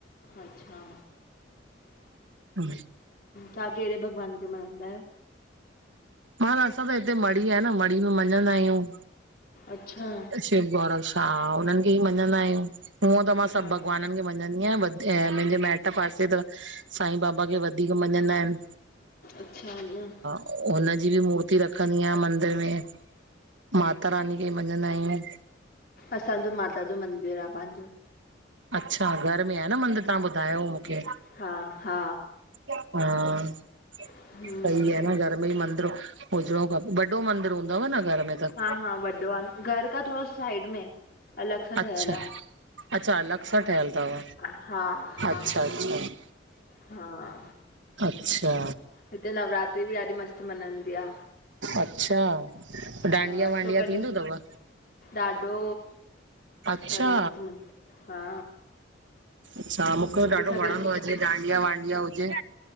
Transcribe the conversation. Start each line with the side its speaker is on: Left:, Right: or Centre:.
Left: अच्छा।
Right: हम
Left: तां केड़े भॻवान खे मनंदा आयो।
Right: ह त असां त हिते मड़ी आहे न मड़ी में मञंदा आहियूं।
Left: अच्छा।
Right: शिव गौरव शा उनन खे ई मञंदा आयूं। हूअं त मां
Left: हा
Right: सॿ भॻवानन खे मञंदी आयां मुंजे मैट पासे त सांईं बाबा खे वधीक मञंदा आयन।
Left: अच्छा ईअं?
Right: हुनजी ॿि मूर्ति रखंदी आयां मंदिर में माता रानी खे मञंदा आयूं।
Left: असांजो माता जो मंदिर आ पांजो।
Right: अच्छा घर में आ न मंदिर तां ॿुधायो मूंखे।
Left: हा हा
Right: हा।
Left: हम्म
Right: सही आ न घर में ई मंदिर हुजणो खपे वॾो मंदिर हूंदव न घर में त?
Left: हा हा वॾो आ न। घर का थोरो साइड में। अलॻि सां ठहियलु
Right: अच्छा अच्छा अलॻि सां ठहियल अथव
Left: आ, हा हा
Right: अच्छा अच्छा
Left: हा।
Right: अच्छा।
Left: हिते नवरात्री बि ॾाढी मस्तु मनंदी आ।
Right: अच्छा,
Left: हा
Right: डांडिया
Left: अचो
Right: वांडिया
Left: कॾहिं
Right: थींदो तव?
Left: ॾाढो,
Right: अच्छा
Left: ॾाढो मस्त म हा।
Right: अच्छा मूंखे
Left: हिते
Right: ॾाढो
Left: सभिनि
Right: वणंदो
Left: खे
Right: आ जे डांडिया वांडिया हुजे।